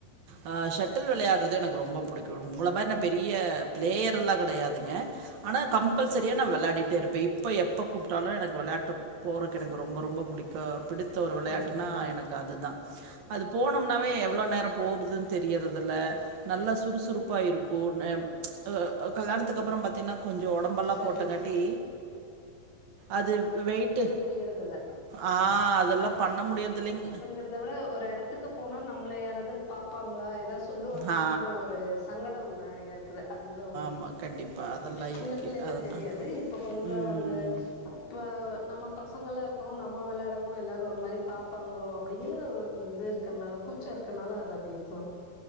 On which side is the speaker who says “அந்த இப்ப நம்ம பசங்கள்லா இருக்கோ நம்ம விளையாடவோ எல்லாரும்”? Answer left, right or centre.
Left